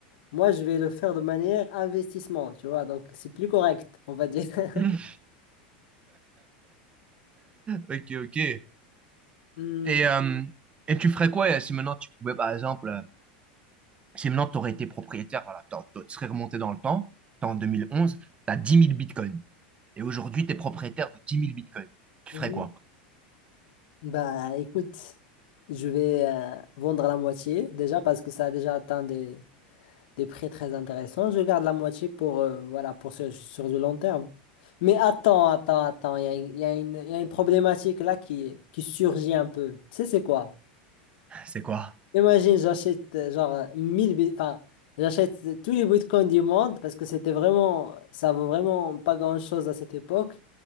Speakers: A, on the left; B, on the right.
A: Moi, je vais le faire de manière investissement, tu vois. Donc, c'est plus correct, on va dire. <laughs>
B: <laughs> Ok, ok.
A: Hmm,
B: Et, euh, et tu ferais quoi euh, si maintenant tu pouvais, par exemple, euh, Si maintenant tu aurais été propriétaire, voilà, t'en- tu serais remonté dans le temps, t'es en 2011, tu as 10 000 bitcoins. Et aujourd'hui, tu es propriétaire de 10 000 bitcoins. Tu
A: mhm.
B: ferais quoi?
A: Bah, écoute, je vais euh, vendre la moitié déjà parce que ça a déjà atteint des, des prix très intéressants. Je garde la moitié pour, euh, voilà, pour ce- sur du long terme. Mais attends, attends, attends, il y a, une- il y a une, il y a une problématique là qui, qui surgit un peu. Tu sais, c'est quoi?
B: <laughs> C'est quoi?
A: Imagine, j'achète euh, genre euh, 1000 bit- enfin, j'achète tous les bitcoins du monde parce que c'était vraiment, ça vaut vraiment pas grand-chose à cette époque.